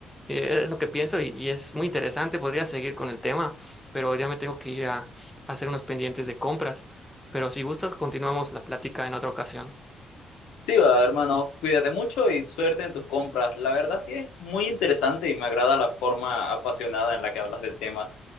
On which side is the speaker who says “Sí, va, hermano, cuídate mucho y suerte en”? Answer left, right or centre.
Left